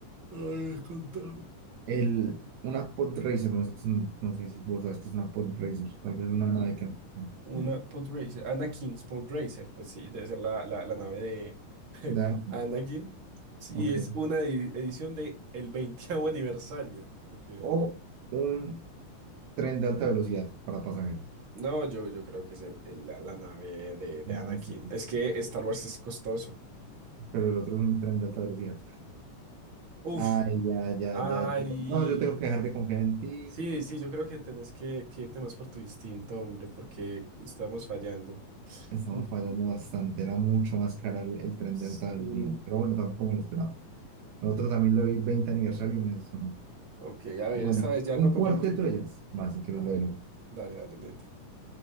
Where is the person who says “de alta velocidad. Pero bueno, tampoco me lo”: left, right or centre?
Right